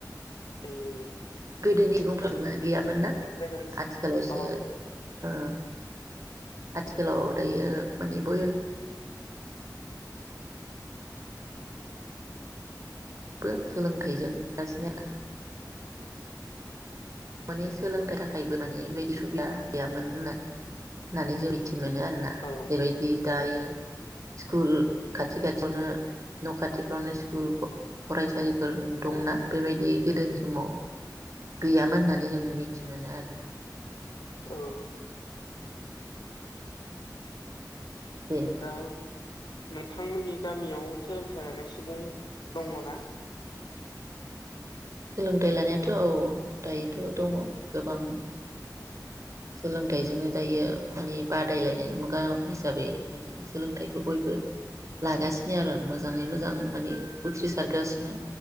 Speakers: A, on the left; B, on the right.
A: उम
B: गोदोनि <unintelligible> जु गैयामोन ना
A: गोनां
B: आथिखालावसो
A: औ
B: ओ आथिखालाव दायो माने बय बबो सोलोंथाइजों <unintelligible> माने सोलोंनो थाखायबो माने बेबायदि सुबिदा गैयामोन होनना होननानै जों मिथियो। मोनो आरोना
A: औ
B: जेरैबायदि दायो स्कुल खाथि खाथियावनो न' खाथिफ्रावनो स्कुल फराय फालिफोर दंना
A: औ
B: बेबायदि गोदोनि समाव गैयामोन होननानै नानै जों मिथि मोनो आरो।
A: औ
B: बेनो
A: दा नोंथांमोननि गामियाव सोलोंथाइ लानाय सुबुं दङ ना?
B: सोलोंथाइ लानायाथ' औ दायोथ' दङ गोबां। सोलोंथाइजोंनो दायो माने बादायलायनायनि मुगा हिसाबै माने सोलोंथाइखौ बयबो लागासिनो आरो मोजाङै मोजां माने उथ्रिसारगासिनो